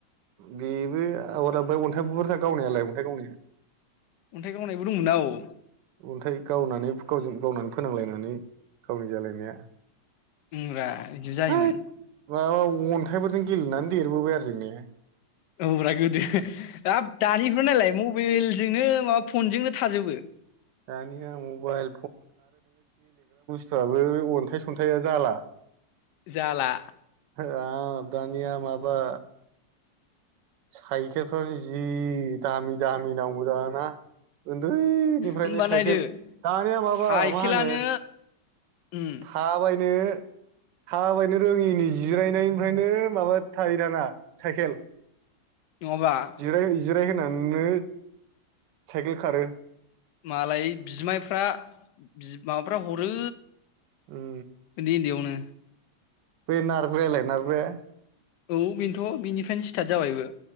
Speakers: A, on the right; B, on the left.
A: बेबो आगर ओमफाय अन्थाइ बुरजा गावनायालाय अन्थाइ गावनाया।
B: अन्थाइ गावनायबो दंमोन ना औ।
A: अन्थाइ गावनानै फो गावजो गावनानै फोनांलायनानै गावनि जालायनाया।
B: ओमब्रा बिदि जायोमोन।
A: हैद माबा अन्थाइफोरजों गेलेनानै देरबोबाय आरो जों ने।
B: औ ब्रा गोदो हाब दानिफ्रा नालाय मबाइलजोंनो माबा फनजोंनो थाजोबो।
A: दानिया मबाइल फ्राबो अन्थाइ सन्थाइआ जाला।
B: जाला।
A: हाब 'दानिया माबा' साइखेलफ्रानो जि दामि दामि नांगौ दाना ना? उन्दैनिफ्रायनो
B: होमबा
A: साइकेल
B: नायदो
A: दानिया माबा
B: साइकेलानो
A: मा होनो
B: उम
A: थाबायनो थाबायनो रोङिनि जिरायनायनिफ्रायनो माबा थायो थाना साइखेल।
B: नङाबा
A: जिराय जिराय। होननो साइकेल खारो।
B: मालाय बिमायफ्रा बि माबाफ्रा हरो।
A: उम
B: उन्दै उन्दैआवनो।
A: बे नारग्रालाय नारग्राया?
B: औ। बेनोथ' बिनिफ्रायनो स्टार्ट जाबायबो